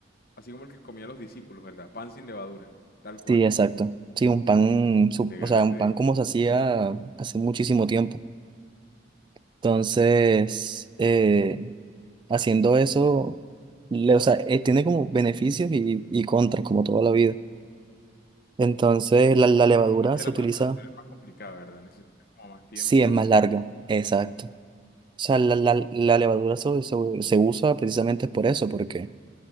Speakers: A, on the left (about 55°); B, on the right (about 25°).
A: así como el que comían los discípulos, ¿verdad? Pan sin levadura, tal cual.
B: Sí, exacto. Sí, un pan, su-
A: Elegante.
B: o sea, un pan como se hacía hace muchísimo tiempo. Entonces, eh, haciendo eso, le- o sea, eh, tiene como beneficios y, y contras, como toda la vida. Entonces, la, la levadura
A: De pronto que
B: se
A: la
B: utiliza,
A: preparación es más complicada, ¿verdad? Necesitas como más tiempo
B: sí, es
A: y
B: más
A: así.
B: larga. Exacto. O sea, la, la, la levadura se, se, se usa precisamente por eso, porque